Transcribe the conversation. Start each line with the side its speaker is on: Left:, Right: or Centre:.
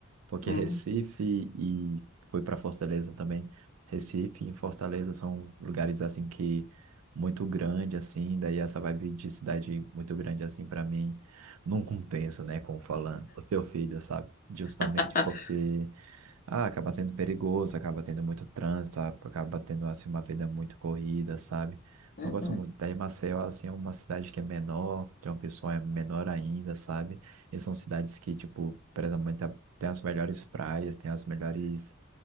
Right: Porque
Left: Hum.
Right: Recife e fui para Fortaleza também. Recife e Fortaleza são lugares assim que muito grande assim, daí essa vibe de cidade muito grande assim para mim não compensa, né, como falando, o seu filho, sabe? Justamente
Left: <laughs>
Right: porque ah, acaba sendo perigoso, acaba tendo muito trânsito, a- acaba tendo assim uma vida muito corrida, sabe?
Left: Uhum.
Right: Não gosto muito. Daí Maceió assim é uma cidade que é menor, tem uma pessoa é menor ainda, sabe? E são cidades que tipo, presumente tem as melhores praias, tem as melhores,